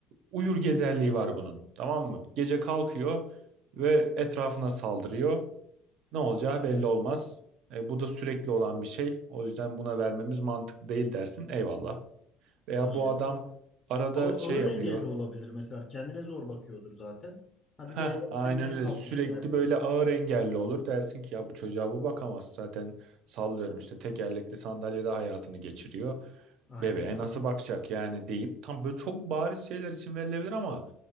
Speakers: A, on the right (about 60°); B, on the left (about 20°).
A: uyur gezerliği var bunun, tamam mı? Gece kalkıyor ve etrafına saldırıyor. Ne olacağı belli olmaz. E, bu da sürekli olan bir şey. O yüzden buna vermemiz mantıklı değil dersin. Eyvallah. Veya
B: Aynen.
A: bu adam arada
B: Ağır,
A: şey
B: ağır
A: yapıyor.
B: engelli olabilir mesela. Kendine zor bakıyordur zaten. Ha
A: Heh,
B: bir de ele
A: aynen
B: edinmeye
A: öyle.
B: kalkmış
A: Sürekli
B: dersin.
A: böyle ağır engelli olur. Dersin ki ya bu çocuğa bu bakamaz. Zaten sallıyorum işte tekerlekli sandalyede hayatını geçiriyor.
B: Aynen
A: Bebeğe
B: öyle.
A: nasıl bakacak yani deyip tam böyle çok bariz şeyler için verilebilir ama